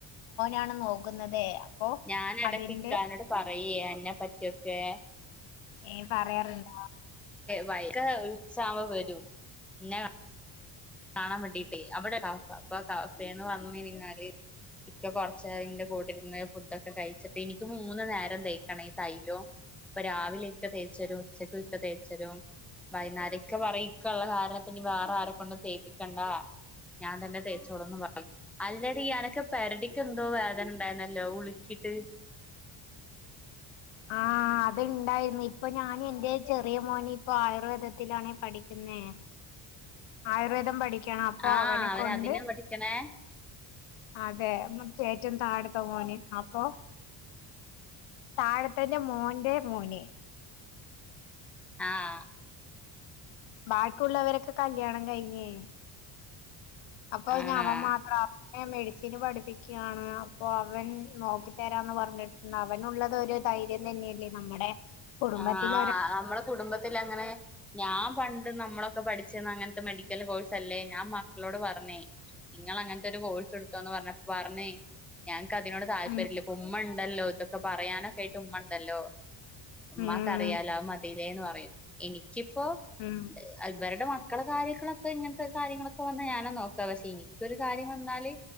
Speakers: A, on the left; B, in the centre.
A: ാണ് <unintelligible> നോക്കുന്നത് അപ്പൊ
B: ഞാനെടക്ക്
A: അതിന്റെ
B: ഇക്കാനോട് പറയേ അന്നെ പറ്റിയൊക്കെ
A: ഏ പറയാറുണ്ട്
B: വൈഗ ഉച്ച ആവുമ്പോ വരും പിന്ന- കാണാൻ പറ്റീട്ടേ അവിടെ കാഫന്ന് പറഞ്ഞ കഴഞ്ഞാല് ഇപ്പ കൊറച്ചായി ഇന്റെ കൂടെര്ന്ന് ഫുഡൊക്കെ കഴിച്ചിട്ട് ഇനിക്ക് മൂന്ന് നേരം തേയ്ക്കണം ഈ തൈലോ ഇപ്പൊ രാവിലൊക്കെ തേച്ചരും ഉച്ചക്കൊ ഒക്കെ തേച്ചരും വൈന്നേര ഇക്ക പറയും ഇക്ക ഇള്ള കാരണപ്പം ഇപ്പ ഇനി വേറെ ആരെക്കൊണ്ടും തേപ്പിക്കണ്ടാ ഞാൻ തന്നെ തേച്ചോടൊന്നും പറും അല്ലടി എനക്ക് പെടലിക്ക് എന്തോ വേദന ഉണ്ടായിരുന്നു നല്ലോ ഉളിക്കീട്ട്
A: ആഹ അത്ണ്ടായിരുന്നു ഇപ്പൊ ഞാൻ എന്റെ ചെറിയ മോന് ഇപ്പ ആയുർവേദത്തില- പടിക്കുന്നതിനു, ആയുർവേദം പഠിക്കുന്നതിനു അപ്പൊ
B: ആഹ്
A: അവനെ
B: അവന്
A: കൊണ്ട്
B: അതിനാ പഠിക്കണേ
A: അതെ മുത് ഏറ്റോം താഴത്തെ മോന് അപ്പൊ താഴത്തിന്റെ മോന്റെ മോന്
B: ആഹ്
A: ബാക്കിയുള്ളവരൊക്കെ കല്യാണം കഴിഞ്ഞേ അപ്പൊ ഇനി
B: ആണാ
A: അമ്മ മാത്രമ മെഡിസിന് പഠിപ്പിക്കുകയാണ് അപ്പൊ അവൻ നോക്കി തരാന്ന് പറഞ്ഞിട്ടുണ്ട് അവനുള്ളത് ഒരു- ധൈര്യം തന്നെയല്ലേ നമ്മുടെ- കുടുംബത്തില
B: ആ
A: ഒരാ
B: നമ്മളെ കുടുംബത്തി അങ്ങനെ ഞാൻ പണ്ട്- നമ്മളൊക്കെ പഠിച്ച അങ്ങനത്തെ മെഡിക്കൽ കോഴ്സ് അല്ലേ ഞാൻ മക്കളോട് പറഞ്ഞേ നിങ്ങ അങ്ങനത്തെ ഒരു കോഴ്- എടുത്തോന്ന് പറഞ്ഞപ്പൊ പറഞ്ഞേ- ഞങ്ങക്ക് അതിനോട് താല്പര്യല്ല
A: ഉം
B: ഇപ്പൊ ഉമ്മ ഇണ്ടല്ലോ ഇതൊക്കെ പറയാനൊക്കെ ആയിട്ട് ഉമ്മ ഇണ്ടല്ലോ ഉമ്മാക്കറിയാലോ
A: ഉം
B: അത് മതിലേന്ന് പറയും എനിക്കിപ്പോ
A: ഉം
B: അവരുടെ മക്കള കാര്യങ്ങളൊക്കെ ഇങ്ങനത്തെ കാര്യങ്ങളൊക്കെ വന്നാ ഞാനോ നോക്ക പക്ഷെ എനിക്കൊരു കാര്യം വന്നാ- ന്നാല്